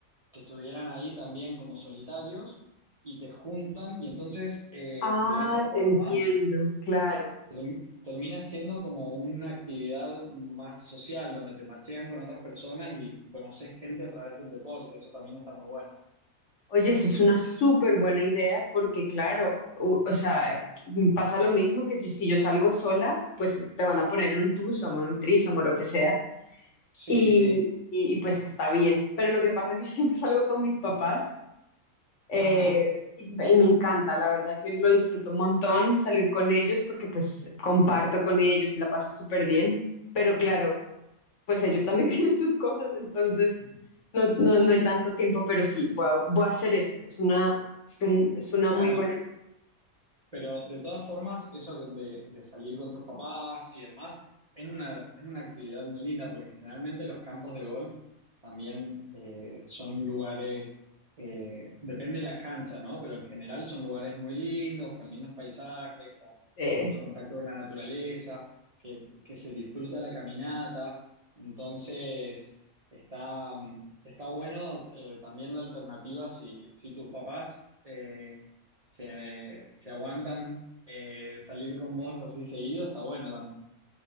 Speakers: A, on the right; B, on the left.
A: que estuvieran ahí también como solitarios y te juntan y entonces eh,
B: ah,
A: de esa forma
B: te entiendo, claro.
A: term- termina siendo como una actividad más social donde te machean con otras personas y, y conoces gente a través del deporte. Eso también está muy bueno.
B: Oye, eso es una súper buena idea porque, claro, u- o, sea, mm, pasa lo mismo que si si yo salgo sola, pues te van a poner en un twosome, en un threesome o lo que sea,
A: Sí,
B: y,
A: sí.
B: y, y pues está bien. Pero lo que pasa es que yo siempre salgo con mis papás Eh,
A: Ajá.
B: y, y me encanta, la verdad que lo disfruto un montón salir con ellos porque pues es- comparto con ellos y la paso súper bien, pero claro, pues ellos también <laughs> tienen sus cosas, entonces
A: Ujú.
B: no, no, no hay tanto tiempo, pero sí, voy a, voy a hacer ese es una, es un- es una
A: Bueno,
B: muy buena idea.
A: pero de todas formas, eso que de, de salir con tus papás y demás, es una, es una actividad muy linda porque generalmente los campos de golf también eh, son lugares, eh, depende de la cancha, ¿no? Pero en general son lugares muy lindos, con lindos paisajes, con
B: Eh,
A: mucho contacto con la naturaleza, que, que se disfruta la caminata. Entonces, está, mm, está bueno eh, también la alternativa si, si tus papás... eh, se, se aguantan eh, salir con vos así seguido, está bueno también.